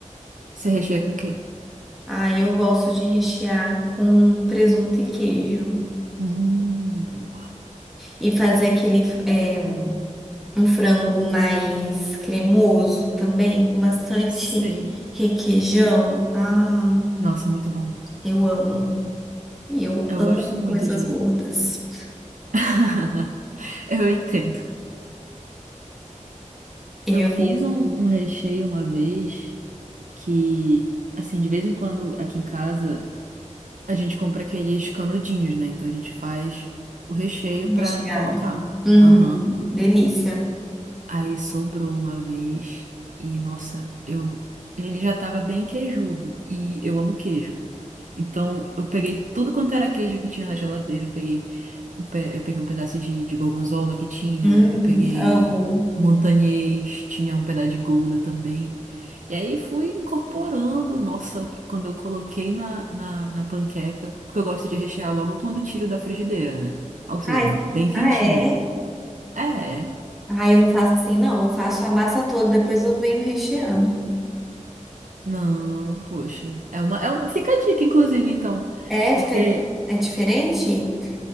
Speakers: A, on the right; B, in the centre.
A: Você recheia com o quê?
B: Aí eu gosto de rechear com presunto e queijo.
A: hum. boa.
B: E fazer aquele. é, um frango mais cremoso também, com bastante
A: Sei.
B: requeijão. Ah,
A: Nossa, muito bom.
B: eu amo. Eu
A: Eu
B: amo
A: gosto muito
B: coisas
A: de.
B: gordas.
A: <laughs> Eu entendo.
B: Eu
A: Eu fiz um, um recheio uma vez que, assim, de vez em quando aqui em casa a gente compra aqueles canudinhos, né? Então a gente faz o recheio pra
B: recheado.
A: colocar.
B: Uhum,
A: Aham.
B: delícia.
A: Aí sobrou uma vez e, nossa, eu. Ele já tava bem queijudo e eu amo queijo. Então eu peguei tudo quanto era queijo que tinha na geladeira. Eu peguei um pe- Eu peguei um pedaço de, de gorgonzola que tinha,
B: Hum,
A: eu peguei
B: amo.
A: montanhês, tinha um pedaço de gouda também. E aí fui incorporando, nossa, quando eu coloquei na, na, na panqueca, porque eu gosto de rechear logo quando tiro da frigideira, né? Ou seja,
B: Ai,
A: bem quentinha.
B: ah, é?
A: É, é.
B: Ah, eu não faço assim, não. Eu faço a massa toda, depois eu venho recheando.
A: não, poxa. É uma, é uma, fica a dica, inclusive, então.
B: É,
A: Porque
B: fica, é diferente?